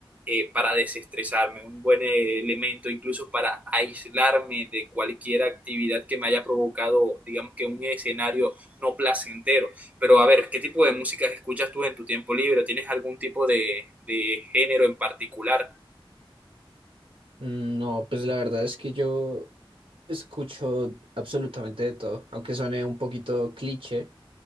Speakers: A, on the right; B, on the right.
A: eh, para desestresarme, un buen eh, elemento incluso para aislarme de cualquier actividad que me haya provocado, digamos que un escenario no placentero. Pero a ver, ¿qué tipo de música escuchas tú en tu tiempo libre? ¿Tienes algún tipo de, de género en particular?
B: Mm, No, pues la verdad es que yo escucho absolutamente de todo, aunque suene un poquito cliché,